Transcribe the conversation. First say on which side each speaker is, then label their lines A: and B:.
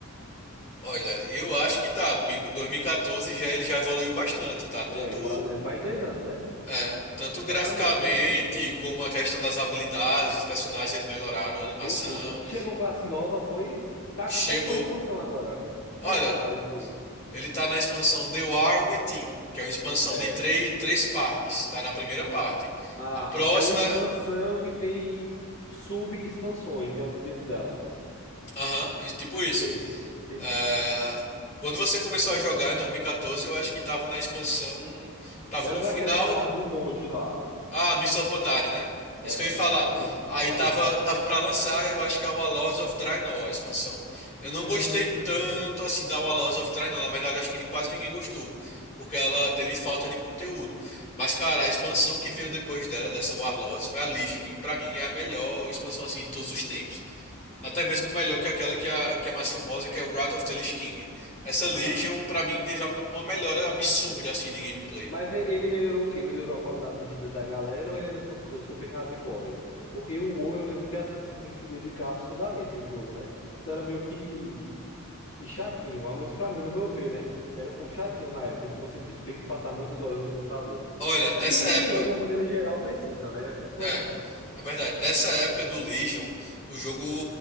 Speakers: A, on the left; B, on the left.
A: Olha, eu acho que tá, porque 2014 já ele já evoluiu bastante, tá? Tanto
B: É, quase, é mais de dez anos, né?
A: É, tanto graficamente
B: Exatamente. Eu acho que eu vou.
A: como a questão das habilidades, os personagens eles melhoraram
B: Mudou
A: a animação.
B: tudo. Chegou classe nova, foi. Tá,
A: Chegou.
B: tá em qual expansão agora?
A: Olha,
B: Como é que tá o jogo?
A: ele tá na expansão The War Within, que é uma expansão
B: Certo.
A: de três, três partes. Tá na primeira
B: Ah,
A: parte.
B: ah,
A: A próxima,
B: é uma expansão que tem sub-expansões, né? Dentro dela.
A: aham, e tipo isso.
B: Entendi, entendi.
A: É, quando você começou a jogar em 2014, eu acho que tava na expansão, tava
B: Era
A: no
B: daquela,
A: final,
B: tava do Moji lá.
A: Ah, Mister Pandaren, né? É
B: Era,
A: isso que eu ia falar.
B: tava aí, tava
A: Aí tava,
B: ali.
A: tava pra lançar, eu acho que é o Warlords of Draenor, a expansão. Eu
B: Hum.
A: não gostei tanto assim da Warlords of Draenor. Na verdade, acho que quase ninguém gostou. Porque ela teve falta de conteúdo. Mas, cara, a expansão que veio depois dela, dessa Warlords, foi a Legion. E pra mim é a melhor expansão assim de todos os tempos. Até mesmo melhor que aquela que é, que é a mais famosa, que é o Wrath of the Lich King. Essa
B: Ah,
A: Legion, pra mim, teve a- uma melhora absurda assim de gameplay.
B: mas e- ele melhorou o quê? Melhorou a qualidade de vida da galera ou ele ainda continua super hardcore? Porque o WoW, eu lembro que assim, você tem que se dedicar absurdamente no jogo, né? Isso era meio que, que chatinho, ao menos pra mim, no meu ver, né? Era um pouco chatinho na época, de você, tipo, ter que passar muitas horas no computador.
A: Olha, nessa
B: É porque MMO,
A: época.
B: de uma maneira geral, precisa, né? A questão
A: É,
B: é essa.
A: é verdade. Nessa época do Legion, o jogo